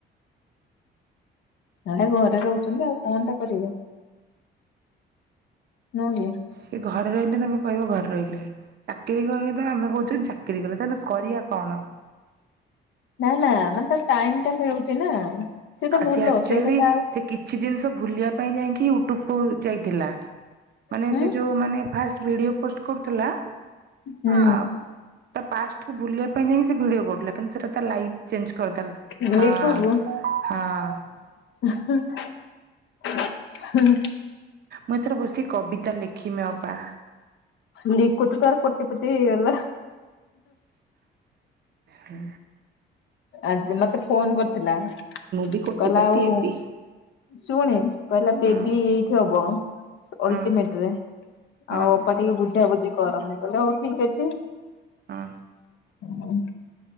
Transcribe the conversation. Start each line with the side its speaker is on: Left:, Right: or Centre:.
Left: ସେଟା ଘରେ ରହୁଛନ୍ତି ଆଉ କଣ ଟା କରିବେ। ନୁଁକି।
Right: ସିଏ ଘରେ ରହିଲେ ତମେ କହିବ ଘରେ ରହିଲେ। ଚାକିରୀ କରୀନି ତ ଆମେ କହୁଚେ ଚାକିରି କଲେ ତ ଆମେ କରିବା କଣ?
Left: ନା ନା ମାନେ ତ ଟାଇମ୍ ଟା ମିଳୁଛି ନା। ତ
Right: ଆଉ
Left: ଭଲ
Right: ସେ ଆକ୍ଚୁଆଲି
Left: ସେଇଟା ତା
Right: ସେ କିଛି ଜିନିଷ ଭୁଲିବା ପାଇଁ ଯାଇକି ଟୁପୁ ଯାଇଥିଲା ମାନେ
Left: ହୁଁ
Right: ସେ ଯେଉଁ ମାନେ ଫାଷ୍ଟ ଭିଡ଼ିଓ ପୋଷ୍ଟ କରୁଥିଲା।
Left: ହୁଁ।
Right: ଆ ତା ପାଷ୍ଟକୁ ଭୁଲିବା ପାଇଁ ଯାଇକ ସେ ଭିଡ଼ିଓ କରୁଥିଲା କିନ୍ତୁ ସେଇଟା ତା ଲାଇଫ୍ ଚେଞ୍ଜ କରିଦେଲା?
Left: ମିଲି
Right: ହଁ
Left: କୁବୁ।
Right: ହଁ।
Left: ହଁ।
Right: ମୁଁ ଏଥର ବସି କବିତା ଲେଖିମେ ଅପା
Left: ଲିକୁ ତ ତାର କୋଟି ପତି ହେଇଗଲା।
Right: ହୁଁ।
Left: ଆଜି ମତେ ଫୋନ କରିଥିଲା
Right: ବି କୋଟିପତି
Left: କହିଲ ଆଉ
Right: ହେବି
Left: ଶୁଣି କହିଲା ବେବି
Right: ହଁ
Left: ଏଇଠି ହବ। ଅଲ୍
Right: ହଁ
Left: ଲ୍ଟିମେଟ ରେ
Right: ହଁ
Left: ଆଉ ଅପା ଟିକେ ବୁଝାବୁଝି କର ମୁଁ କହିଲି ହୋଉ ଠିକ୍ ଅଛି
Right: ହଁ।
Left: ମୁଁ।